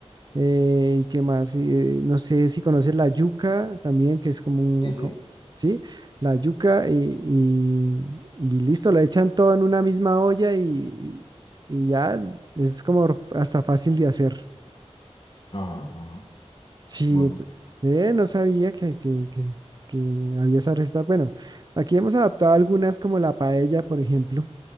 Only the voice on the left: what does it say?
Sí,
sí.
Ajá, ajá.
Bueno.